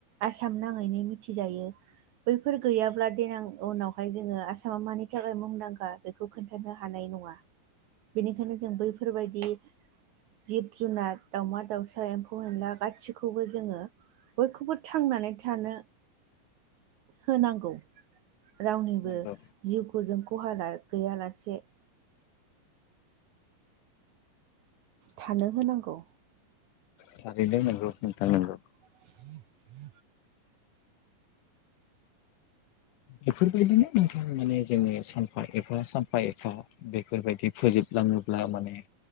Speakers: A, on the right; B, on the left.
A: आसाम नाङैनो मिथिजायो बैफोर गैयाब्ला देनां उनावहाय जोङो आसामा मानि थाखाय मुंदांखा बेखौ खोन्थानो हानाय नङा बेनिखायनो जों बैफोरबायदि जिब जुनार दाउमा दाउसा एम्फौ एनला गासिखौबो जोङो बयखौबो थांनानै थानो होनांगौ रावनिबो
B: नंगौ
A: जिउखौ जों खहा गैयालासे थानो होनांगौ
B: थारैनो नंगौ नोंथां नंगौ
A: <inaudible>
B: बेफोरबायदिनो नोंथां माने जोङो सानफा एफा सानफा एफा बेफोरबायदि फोजोबलाङोब्ला माने